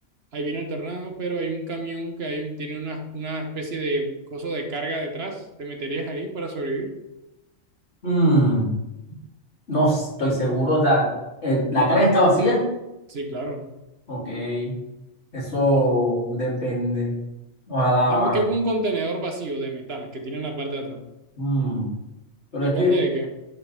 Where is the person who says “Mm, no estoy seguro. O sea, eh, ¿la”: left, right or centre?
Left